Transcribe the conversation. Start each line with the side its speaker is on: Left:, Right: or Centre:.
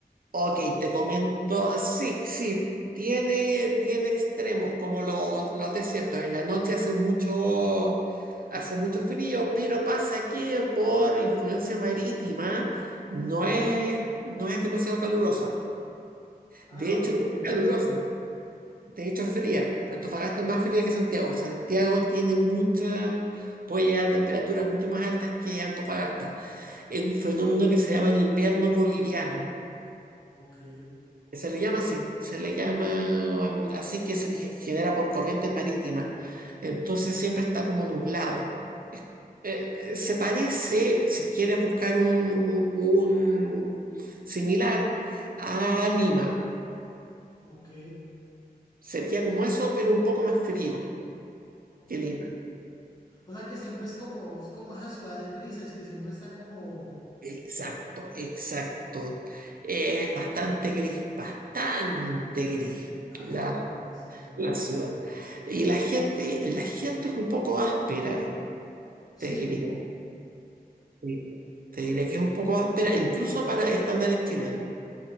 Right: Ok, te comento, sí, sí, tiene, tiene extremos como lo- los desiertos. En la noche hace mucho, hace mucho frío, pero pasa que por influencia marítima no es, no es demasiado calurosa.
Left: Ah,
Right: De hecho,
Left: ok,
Right: no es
Left: ok,
Right: calurosa, de hecho es fría. Antofagasta es más fría que Santiago. Santiago tiene mucha, puede llegar a temperaturas mucho más altas que Antofagasta. Es un fenómeno que se llama el invierno boliviano.
Left: ok,
Right: Se le llama así, se le llama um, así que se ge- genera por corrientes marítimas. Entonces siempre está como nublado. Eh, eh, se parece, si quieres buscar un, un- un similar, a Lima.
Left: ok,
Right: Sería como eso, pero un poco más frío
Left: ok.
Right: que Lima.
Left: O sea que siempre es como, es como esas ciudades grises que siempre está como,
Right: Exacto, exacto. Es bastante gris, bastante gris
Left: ay,
Right: la,
Left: ¿cómo así, mi hermano?
Right: la ciudad. Y la gente, la gente es un poco áspera,
Left: Sí,
Right: te diría. Sí. Te diré que es un poco áspera, incluso para estándares chilenos.